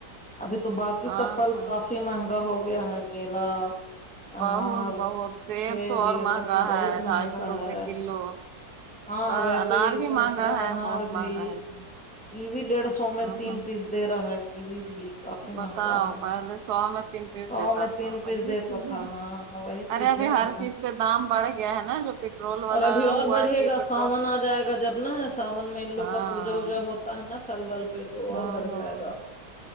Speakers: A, in the centre; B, on the right (about 80°).
A: ابھی تو باقی
B: ہاں
A: سب پھل
B: تو
A: کافی مہنگا ہو گیا ہےکیلا انار
B: بہت بہت
A: سیب
B: تو اور
A: یہ
B: مہنگا
A: سب تو
B: ہے
A: بہت
B: ڈھائی
A: مہنگا
B: سو روپے
A: ہے
B: کلو
A: ہاں
B: تو
A: ویسے
B: انار
A: یہ
B: بھی
A: سنترہ
B: مہنگا ہے
A: انار
B: بہت
A: بھی
B: مہنگا ہے سب
A: کیوی ڈیڑھ سو میں
B: ہاں
A: تین
B: ہاں
A: پیس دے رہا ہے کیوی بھی کافی
B: بتاؤ
A: مہنگا ہے
B: پہلے سو میں تین پیس
A: سو
B: دیتا
A: میں تین
B: تھا وہی
A: پیس دیتا
B: چیز
A: تھا
B: ہے
A: ہاں وہی چیز
B: ارے ابھی
A: ہے
B: ہر
A: زمانے
B: چیز پہ دام بڑھ
A: سے
B: گیا ہے نا جو پیٹرول والا
A: اور ابھی اور
B: ہوا
A: بڑھے
B: کہ
A: گا
B: پیٹرول
A: ساون آجائے گا جب نا ساون میں ان
B: ہاں
A: لوگ کا پوجا وجا ہو تا ہے نا پھل ول پہ تو اور
B: ہاں
A: بڑھ
B: ہاں
A: جائے گا